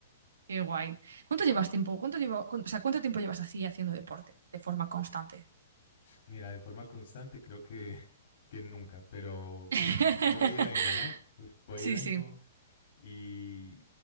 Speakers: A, on the right; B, on the left.
A: Qué guay. ¿Cuánto llevas tiempo? ¿Cuánto llevo, cu- o sea, cuánto tiempo llevas así haciendo deporte de forma constante?
B: Mira, de forma constante creo que, <laughs> que nunca, pero
A: <laughs>
B: voy y vengo, ¿no? Voy
A: Sí,
B: y vengo.
A: sí.
B: Y